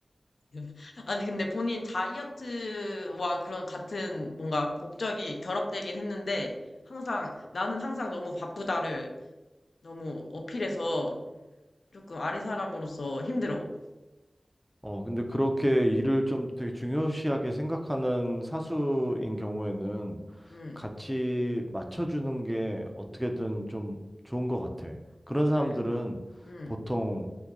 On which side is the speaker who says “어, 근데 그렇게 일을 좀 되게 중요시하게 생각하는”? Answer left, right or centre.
Centre